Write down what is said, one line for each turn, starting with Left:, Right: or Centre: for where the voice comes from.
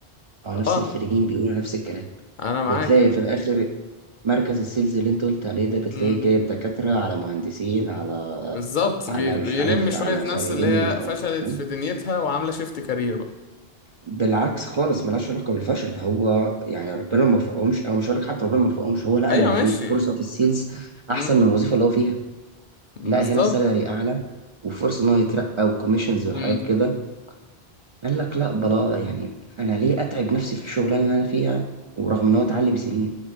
Right: أو نفس
Left: اه
Right: الخريجين بيقولوا نفس الكلام
Left: انا معاك
Right: وبتلاقي في الآخر مركز السيلز اللي أنت قلت عليه ده بتلاقيه
Left: امم
Right: جايب دكاترة على مهندسين على
Left: بالظبط
Right: على
Left: بي-
Right: مش
Left: بيلم
Right: عارف
Left: شوية
Right: على
Left: ناس
Right: خريجين
Left: اللي هي
Right: حقوق.
Left: فشلت
Right: فاهم؟
Left: في دنيتها وعاملة شيفت كارير بقى
Right: بالعكس خالص ملهاش علاقة بالفشل هو يعني ربنا ما وفقهمش أو مش هقول لك حتى ربنا ما وفقهمش هو لقى
Left: ايوه
Right: إن في
Left: ماشي
Right: فرصة في السيلز أحسن
Left: امم
Right: من الوظيفة اللي هو فيها
Left: بالظبط
Right: لا هنا سالري أعلى وفرصة إن هو يترقى وكوميشنز وحاجات
Left: امم
Right: كده قال لك لا بلا يعني انا ليه اتعب نفسي في الشغلانه اللي انا فيها ورغم ان هو اتعلم سنين